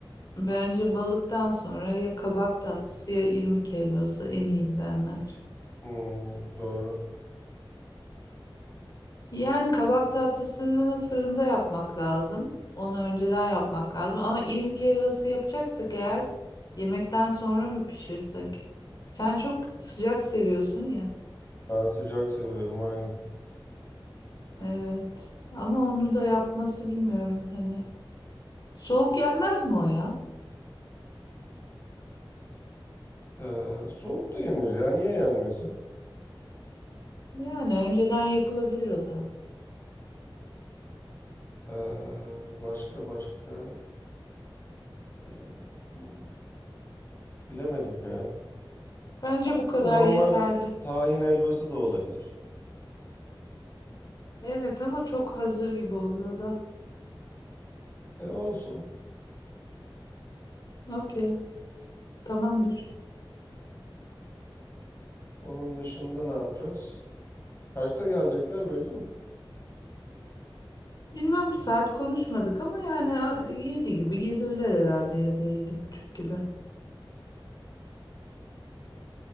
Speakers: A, on the left; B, on the left.
A: Bence balıktan sonra ya kabak tatlısı ya irmik helvası en iyi gidenler.
B: Hmm, doğru.
A: Yani kabak tatlısını fırında yapmak lazım. Onu önceden yapmak lazım. Ama irmik helvası yapacaksak eğer yemekten sonra mı pişirsek? Sen çok sıcak seviyorsun ya.
B: Ben sıcak seviyorum aynen.
A: Evet. Ama onu da yapması bilmiyorum hani. Soğuk yenmez mi o ya?
B: Ee, soğuk da yenir ya. Niye yenmesin?
A: Yani önceden yapılabilir o da.
B: Ee, başka başka. Ee, hmm, bilemedim ya.
A: Bence
B: Aslında
A: bu kadar
B: normal
A: yeterli.
B: tahin helvası da olabilir.
A: Evet ama çok hazır gibi olur o da.
B: E, olsun.
A: Okey, tamamdır.
B: Onun dışında ne yapacağız? Kaçta gelecekler belli mi?
A: Bilmem bu saat konuşmadık ama yani a- yedi gibi gelirler herhalde ya da yedi buçuk gibi.